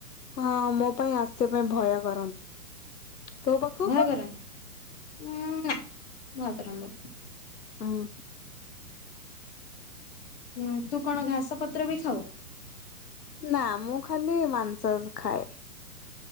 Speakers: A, on the left; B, on the left.
A: ହଁ ମୋ ପାଇଁ ଆସିବା ପାଇଁ ଭୟ କରନ୍ତି। ତୋ ପାଖକୁ
B: ଭୟକର ଉଁ ନା ଭୟକରନ୍ତି।
A: ଉଁ
B: ହୁଁ, ତୁ କଣ ଘାସ ପତ୍ର ବି ଖାଉ?
A: ନା ମୁଁ ଖାଲି ମାଂସସ୍ ଖାଏ।